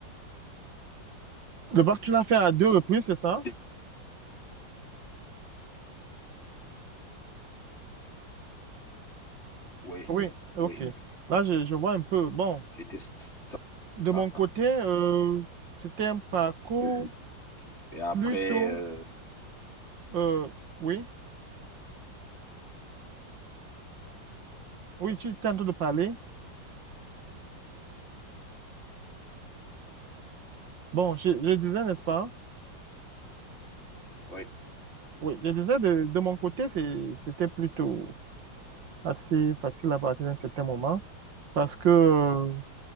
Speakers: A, on the right (about 70°); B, on the left (about 35°).
A: Le bac, tu l'as fait à deux reprises, c'est ça?
B: des- Oui,
A: Oui, ok.
B: oui.
A: Là, je, je vois un peu. Bon,
B: C'était ça
A: de mon
B: un
A: côté, euh, c'était un parcours
B: peu. Et après,
A: plutôt...
B: euh,
A: euh, oui, oui, tu étais en train de parler. Bon, je, je disais, n'est-ce pas?
B: oui,
A: Oui, je disais, de, de mon côté, c'est, c'était plutôt assez facile à partir d'un certain moment. Parce que euh,